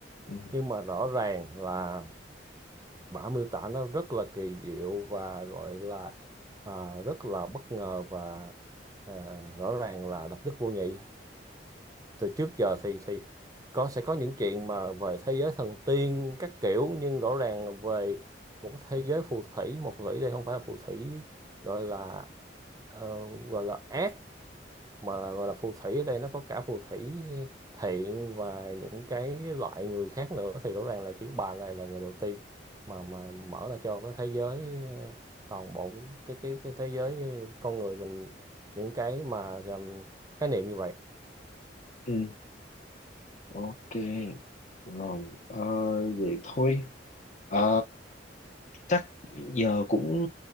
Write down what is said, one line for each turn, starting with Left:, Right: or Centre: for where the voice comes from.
Left: ừ,
Right: nhưng mà rõ ràng là bà miêu tả nó rất là kỳ diệu và gọi là à, rất là bất ngờ và à, rõ ràng là độc nhất vô nhị từ trước giờ thì thì có sẽ có những chuyện mà về thế giới thần tiên các kiểu nhưng rõ ràng về một cái thế giới phù thủy một phù thủy đây không phải là phù thủy gọi là ờ, gọi là ác mà gọi là phù thủy ở đây nó có cả phù thủy thiện và những cái loại người khác nữa thì rõ ràng là chữ bà này là người đầu tiên mà mà mở ra cho cái thế giới ờ, toàn bộ cái cái cái thế giới ờ, con người mình những cái mà ờ, khái niệm như vậy
Left: ừ, ok rồi ờ, vậy thôi Ờ, chắc giờ cũng